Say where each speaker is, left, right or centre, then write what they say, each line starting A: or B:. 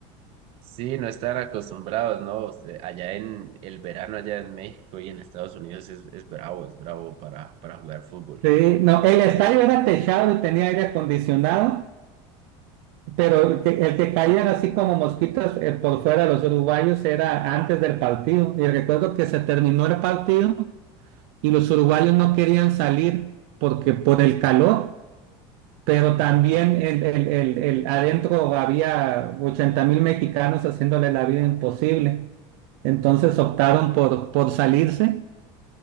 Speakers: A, on the right (about 45°); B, on the right (about 60°).
A: Sí, no estar acostumbrados, ¿no? O sea, Allá en el verano, allá en México y en Estados Unidos es, es bravo, es bravo para, para jugar fútbol.
B: Sí, no, el estadio era techado y tenía aire acondicionado. Pero el que, el que caían así como mosquitas eh, por fuera los uruguayos era antes del partido. Y recuerdo que se terminó el partido y los uruguayos no querían salir porque por el calor, pero
A: <laughs>
B: también el, el, el, el- adentro había ochenta mil mexicanos haciéndole la vida imposible. Entonces optaron por, por salirse